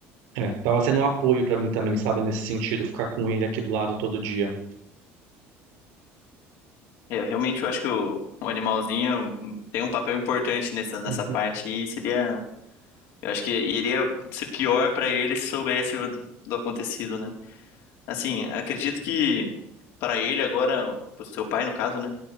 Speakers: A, on the right; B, on the left.
A: é, tava sendo um apoio para mim também, sabe, nesse sentido, ficar com ele aqui do lado todo dia.
B: É, realmente eu acho que o, o animalzinho tem um papel importante nessa, nessa
A: Uhum.
B: parte e seria, eu acho que iria ser pior para ele se soubesse o- do, do acontecido, né? Assim, acredito que para ele agora, pro seu pai no caso, né,